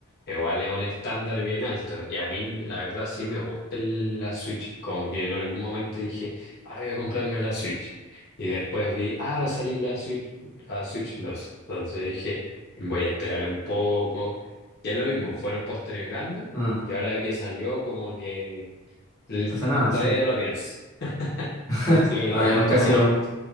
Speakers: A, on the left; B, on the left.
A: igual es un estándar bien alto. Y a mí, la verdad, sí me gusta el- la Switch. Como que en algún momento dije, ah, voy a comprarme la Switch. Y después vi, ah, va a salir la Switch, la Switch dos Entonces dije, voy a esperar un poco. Y es lo mismo, fueron postergando
B: mm.
A: y ahora que salió, como que l-
B: O sea, nada,
A: todavía
B: sí.
A: lo pienso. <laughs>
B: <laughs>
A: Si me la
B: No, yo
A: compro
B: nunca
A: o
B: he sido,
A: no.
B: un-